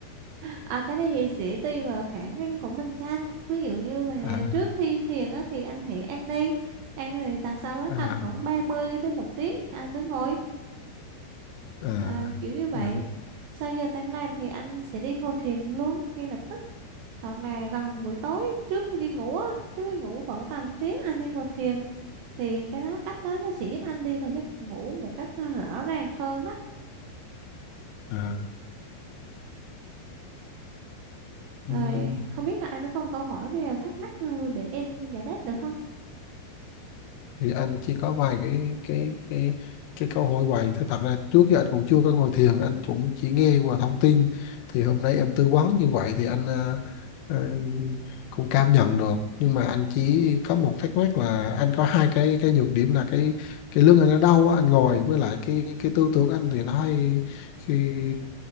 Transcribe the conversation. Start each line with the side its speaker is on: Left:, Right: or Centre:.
Right: à, cái này thì sẽ tùy vào khả năng của mình cho anh ví dụ như mà
Left: à
Right: trước khi thiền á, thì anh hãy ăn đi ăn rồi ta sau đó
Left: à
Right: tầm khoảng 30 đến một tiếng thì anh mới ngồi
Left: à
Right: à, kiểu như vậy
Left: à,
Right: sau giờ tan làm thì anh sẽ đi ngồi thiền luôn ngay lập tức hoặc là gần buổi tối trước khi đi ngủ á trước khi ngủ khoảng tầm tiếng anh đi ngồi thiền thì cái đó cách đó nó sẽ giúp anh đi vào giấc ngủ một cách à, rõ ràng hơn đó
Left: à.
Right: rồi
Left: Ừm,
Right: không biết là anh có còn câu hỏi nào thắc mắc à, để em giải đáp được không
Left: thì anh chỉ có vài cái cái cái cái câu hỏi vậy thôi thật ra trước giờ anh cũng chưa có ngồi thiền anh cũng chỉ nghe qua thông tin thì hôm nay em tư vấn như vậy thì anh ờ, ờ, cũng cảm nhận được nhưng mà anh chỉ có một thắc mắc là anh có hai cái cái nhược điểm là cái cái lưng anh nó đau á, anh ngồi với lại cái cái tư tưởng anh thì nó hay khi